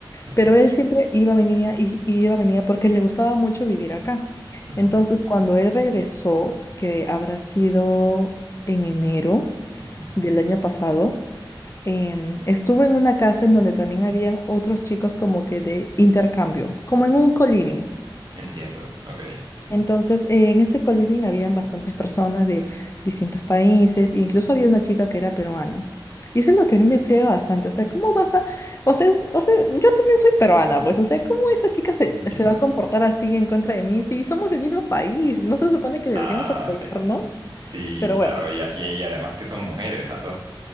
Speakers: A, on the right; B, on the left.
A: ujú,
B: Pero él siempre iba, venía, y y iba, venía porque le gustaba mucho vivir acá.
A: ujú,
B: Entonces, cuando él regresó, que habrá sido en enero,
A: ujú.
B: del año pasado, em, estuve en una casa en donde también habían otros chicos como que de intercambio, como en un co-living.
A: Entiendo, ok,
B: Entonces, eh, en ese co-living habían bastantes personas de distintos países, incluso había una chica que era peruana. Y eso es lo que a mí me friega bastante, o sea, ¿cómo vas a...? O sea, es- o sea, yo también soy peruana, pues, o sea, ¿cómo esa chica se,
A: entiendo.
B: se va a comportar así en contra de mí si somos del mismo país? ¿No se supone que deberíamos
A: Ah,
B: apoyarnos?
A: ok. Sí,
B: Pero
A: claro,
B: bueno.
A: y, a- y, y además que son mujeres las dos.